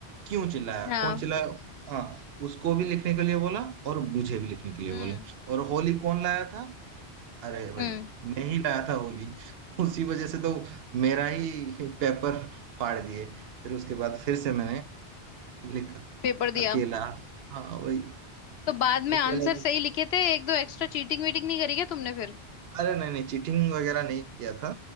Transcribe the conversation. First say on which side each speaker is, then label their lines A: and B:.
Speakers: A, on the right (about 70°); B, on the left (about 75°).
A: क्यों चिल्लाया
B: हाँ
A: कौन चिल्लाया हाँ उसको भी लिखने के लिए बोला और मुझे भी लिखने के लिए
B: हम्म
A: बोला और होली कौन लाया था अरे भाई
B: हम्म
A: मैं ही लाया था होली उसी वजह से तो मेरा ही पेपर फाड़ दिए फिर उसके बाद फिर से मैंने लिखा
B: पेपर दिया
A: अकेला हाँ वही
B: तो बाद
A: अकेला
B: में आंसर सही लिखे थे एक दो एक्स्ट्रा चीटिंग वीटिंग नहीं करी क्या तुमने फिर
A: अरे नहीं नहीं चीटिंग वगैरह नहीं किया था